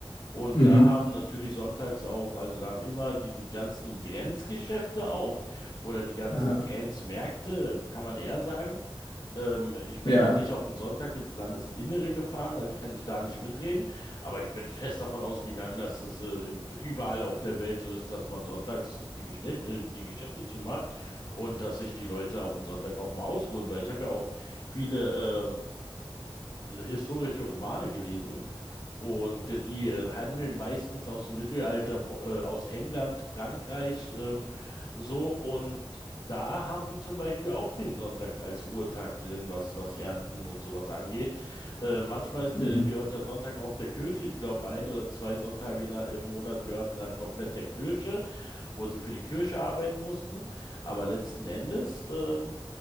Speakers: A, on the left (about 55°); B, on the left (about 75°).
A: Und
B: Mhm.
A: da haben natürlich sonntags auch, also da haben immer diese ganzen Grenzgeschäfte auf oder die ganzen
B: Aha.
A: Grenzmärkte, kann man eher sagen. Ähm, ich bin
B: Ja.
A: noch nicht auf den Sonntag ins Landesinnere gefahren, also kann ich da nicht mitreden. Aber ich bin fest davon ausgegangen, dass es äh, überall auf der Welt so ist, dass man sonntags die Geschäfte, äh, die Geschäfte zumacht und dass sich die Leute auf den Sonntag auch mal ausruhen. Weil ich habe ja auch viele ähm, historische Romane gelesen und äh, die äh, handeln meistens aus dem Mittelalter, vo- äh, aus England, Frankreich, ähm, so. Und da haben die zum Beispiel auch den Sonntag als Ruhetag drin, was, was Ernten und sowas angeht. Äh, manchmal ist
B: Mhm.
A: der, gehört der Sonntag auch der Kirche. Ich glaube, ein oder zwei Sonntage in, der- im Monat gehörten dann komplett der Kirche, wo sie für die Kirche arbeiten mussten. Aber letzten Endes. Ähm,